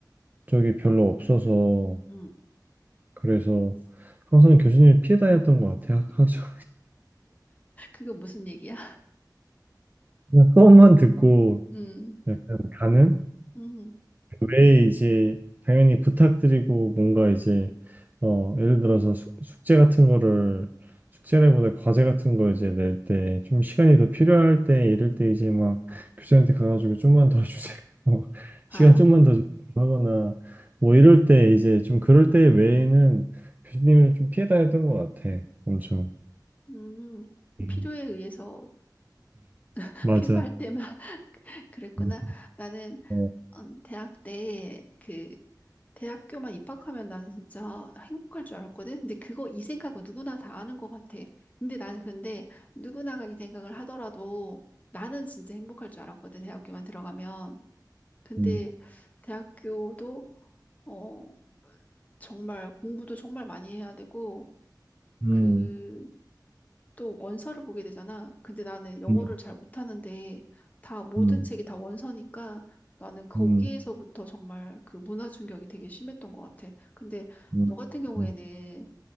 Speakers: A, on the right; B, on the left.
A: 적이 별로 없어서
B: 음.
A: 그래서 항상 교수님을 피해 다녔던 것 같아.
B: <laughs>
A: 항상
B: 그거 무슨 얘기야?
A: <laughs> 수업만 듣고
B: 음,
A: 약간 가는
B: 음.
A: 왜 이제 당연히 부탁드리고 뭔가 이제 어 예를 들어서 숙- 숙제 같은 거를 숙제라기보다 과제 같은 거 이제 낼 때 좀 시간이 더 필요할 때 이럴 때 이제 막 교수한테 가가지고 좀만 더 주세요 <laughs>
B: 아,
A: 시간 좀만 더 주세요 하거나 뭐 이럴 때 이제 좀 그럴 때 외에는 교수님을 좀 피해 다녔던 것 같아 엄청
B: 음.
A: 음,
B: 필요에 의해서 <laughs>
A: 맞아
B: 필요할 때만 <laughs> 그랬구나.
A: 음,
B: 나는
A: 어,
B: 어, 대학 때 그 대학교만 입학하면 나는 진짜 행복할 줄 알았거든. 근데 그거 이 생각은 누구나 다 하는 것 같아. 근데 나는 근데 누구나가 이 생각을 하더라도 나는 진짜 행복할 줄 알았거든. 대학교만 들어가면. 근데
A: 음,
B: 대학교도 어 정말 공부도 정말 많이 해야 되고
A: 음,
B: 그 또 원서를 보게 되잖아. 근데 나는 영어를
A: 음,
B: 잘 못하는데 다 모든
A: 음,
B: 책이 다 원서니까 나는 거기에서부터
A: 음,
B: 정말 그 문화 충격이 되게 심했던 것 같아. 근데
A: 음,
B: 너 같은 경우에는
A: 음,